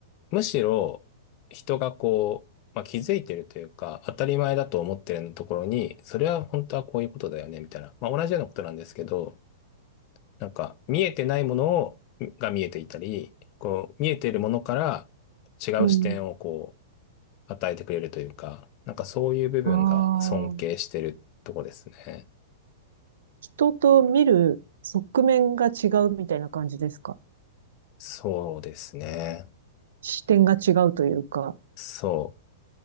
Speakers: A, on the left (about 45°); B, on the right (about 75°).
A: むしろ人がこう、まあ、気づいてるというか、当たり前だと思ってるところに、それは本当はこういうことだよね、みたいな。まあ、同じようなことなんですけど、なんか見えてないものをが見えていたり、こう見えているものから違う視点をこ
B: うん。
A: う与えてくれるというか、なんかそういう部分が尊敬してるとこですね。
B: ああ、人と見る側面が違うみたいな感じですか
A: そうですね。
B: 視点が違うというか。
A: そう、